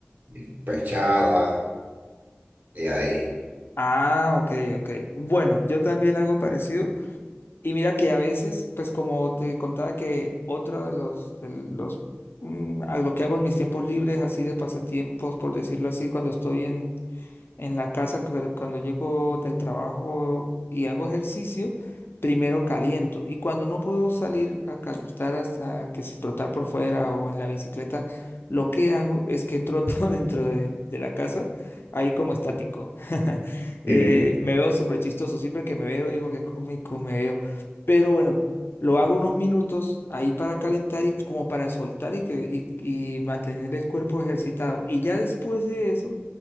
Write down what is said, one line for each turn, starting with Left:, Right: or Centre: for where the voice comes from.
Right: y pechada, y ahí.
Left: Ah, ok, ok. Bueno, yo también hago parecido. Y mira que a veces, pues como te contaba que otro de los, de los, mm, a lo que hago en mis tiempos libres, así de pasatiempos, por decirlo así, cuando estoy en, en la casa, cu- cuando llego del trabajo y hago ejercicio, primero caliento. Y cuando no puedo salir a calentar, hasta que si trotar por fuera o en la bicicleta, lo que hago es que troto <laughs> dentro de, de la casa, ahí como estático. <laughs>
Right: <laughs>
Left: Eh, me veo súper chistoso. Siempre que me veo, digo que cómico me veo. Pero bueno. Lo hago unos minutos ahí para calentar y como para soltar y, que, y y mantener el cuerpo ejercitado. Y ya después de eso,